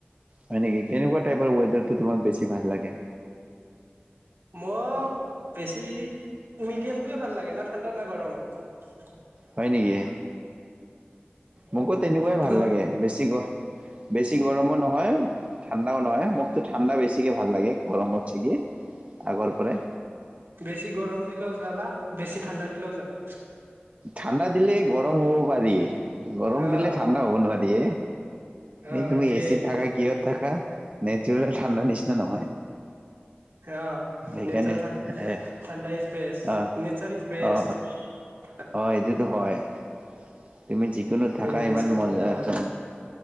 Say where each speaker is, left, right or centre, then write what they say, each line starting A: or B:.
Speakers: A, on the right; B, on the right.
A: হয় নেকি কেনেকুৱা টাইপৰ ৱেডাৰটো তোমাক বেছি ভাল লাগে
B: মই বেছি মিডিয়ামটোৱে ভাল লাগে না ঠাণ্ডা না গৰম ।
A: হয় নেকি মোকো তেনেকুৱাই
B: তোমাক?
A: ভাল লাগে বেছি গৈ বেছি গৰমো নহয় ঠাণ্ডাও নহয় মোকতো ঠাণ্ডা বেছিকে ভাল লাগে গৰমত ছিগি আগৰ পৰাই
B: বেছি গৰম দিলে জ্বালা বেছি ঠাণ্ডা দিলেও জানা
A: ঠাণ্ডা দিলে গৰম হ'ব পাৰি গৰম
B: অ'
A: দিলে ঠাণ্ডা হ'ব নোৱাৰ দি
B: অ'
A: এই তুমি
B: এইটোৱে
A: এচিত থাকা কিয় ত থাকা । নেচাৰেল ঠাণ্ডা নিচিনা নহয়
B: অ
A: সেইকাৰণে
B: নেচ
A: এ
B: ঠাণ্ডা is be
A: a
B: nature is বেষ্ট
A: a
B: ।
A: অ এইটোতো হয় । তুমি যিকোনো থাকা
B: নেচাৰ
A: ইমান মজা
B: ঠাণ্ডা ভাল
A: যাম ।